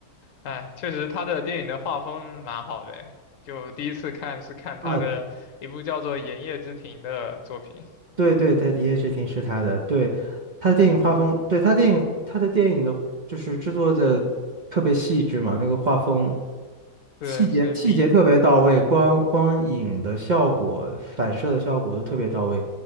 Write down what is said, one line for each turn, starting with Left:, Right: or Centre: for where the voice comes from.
Left: 哎，确实他的电影的画风蛮好的，就第一次看是看他的一部叫做《炎夜之庭》的作品。
Right: 啊，对对，他《一夜之庭》是他的，对，他的电影画风，对，他电影他的电影的，就是制作的特别细致嘛，那个画风
Left: 对，
Right: 细节细节特别到位，
Left: 是壁，
Right: 光光影的效果、反射的效果都特别到位。